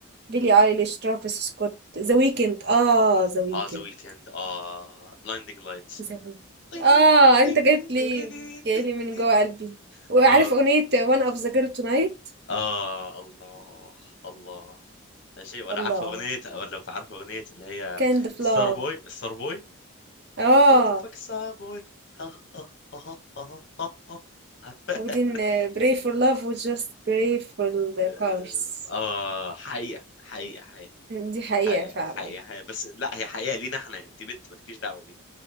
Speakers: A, on the right (about 50°); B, on the left (about 55°).
A: بيلي أيليش، ترافيس سكوت، ذا ويكند، آه ذا ويكند،
B: اه ذا ويكند اه بلايندينج لايتس
A: ذا ويكند.
B: تين
A: آه، أنت
B: تين
A: جيت لي
B: تيريري
A: جاي
B: تين
A: لي من
B: تين.
A: جوّه قلبي. وعارف
B: اه
A: أغنية One of the girl tonight؟
B: اه الله الله ماشي ولا
A: الله!
B: عارفه اغنيه ولا لو عارفه اغنيه اللي هي
A: Kind of
B: ستار
A: love.
B: بوي ستار بوي
A: آه.
B: ماذا فاك ستار بوي ها ها ها ها ها ها عارفة؟
A: we didn't uh, pray for love we just pray for the
B: <laughs>
A: cars
B: اه حقيقه حقيقه حقيقه
A: دي حقيقة
B: حقيقه
A: فعلا
B: حقيقه حقيقة. بس لا هي حقيقه لينا احنا انت بنت مالكيش دعوه بينا لو